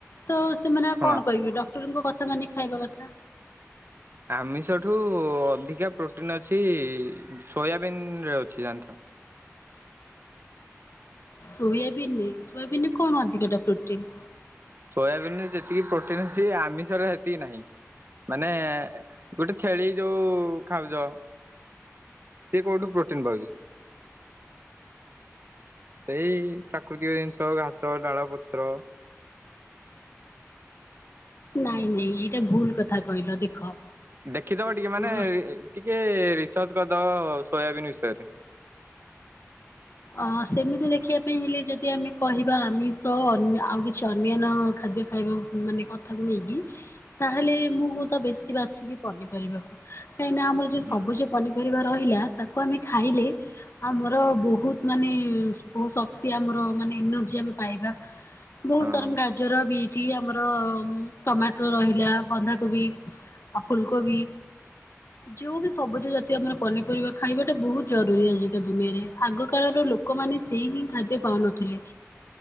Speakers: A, on the left; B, on the right.
A: ତ ସେମାନେ
B: ଶୁଣ
A: ଆଉ କଣ କରିବେ ଡକ୍ଟରଙ୍କ କଥା ମାନିକି ଖାଇବା କଥା।
B: ଆମିଷଠୁ ଅଧିକା ପ୍ରୋଟିନ୍ ଅଛି ସୋୟାବିିନରେ ଅଛି ଜାଣିଥ
A: ସୋୟାବିିନ ସୋୟାବିନ ରେ କଣ ଅଧିକାଟା ପ୍ରୋଟିନ୍?
B: ସୋୟାବିିନ ରେ ଯେତିକି ପ୍ରୋଟିନ୍ ଅଛି ଆମିଷରେ ହେତିକି ନାହିଁ। ମାନେ ଗୋଟେ ଛେଳି ଯୋଉ ଖାଉଜ। ସିଏ କଉଠୁ ପ୍ରୋଟିନ୍ ପାଉଜି? ସେଇ ପ୍ରାକୃତିକ ଜିନିଷ ଘାସ, ଡାଳ, ପତ୍ର।
A: ନାଇଁ ନାଇଁ ଏଇଟା ଭୁଲ କଥା କହିଲ ଦେଖ
B: ଦେଖିଦବ ଟିକେ
A: ଶୁ
B: ମାନେ ଟିକେ ରିସର୍ଚ କରିଦବ ସୋୟାବିନ୍ ବିଷୟରେ।
A: ଅ ସେମିତି ଦେଖିବା ପାଇଁ ହେଲେ ଯଦି ଆମେ କହିବା ଆମିଷ ଅନ ଆଉ କିଛି ଅନ୍ୟାନ୍ୟ ଖାଦ୍ୟ ଖାଇବା। ମାନେ କଥାକୁ ନେଇକି ତାହେଲେ ମୁଁ ହୁଅ ତ ବେଶୀ ବାଛିବି ପନିପରିବାକୁ। କାହିଁକିନା ଆମର ଯୋଉ
B: ହୁଁ
A: ସବୁଜ ପନିପରିବା ରହିଲା ତାକୁ ଆମେ ଖାଇଲେ ଆମର ବହୁତ ମାନେ ବହୁ ଶକ୍ତି ଆମର ମାନେ ଏନର୍ଜି ଆମେ ପାଇବା ବହୁତ
B: ହଁ।
A: ସାରାଙ୍କ ଆ ଗାଜର ବିଟି ଆମର ଉଁ ଟମାଟୋ ରହିଲା ବନ୍ଧାକୋବି। ଆଉ ଫୁଲକୋବି। ଯୋଉ ବି ସବୁଜ ଜତିୟ ଆମର ପନିପରିବା ଖାଇବାଟା ବହୁତ ଜରୁରୀ ଆଜିକା ଦୁନିଆରେ ଆଗ କାଳର ଲୋକମାନେ ସେଇ ହିଁ ଖାଦ୍ୟ ପାଉନଥିଲେ।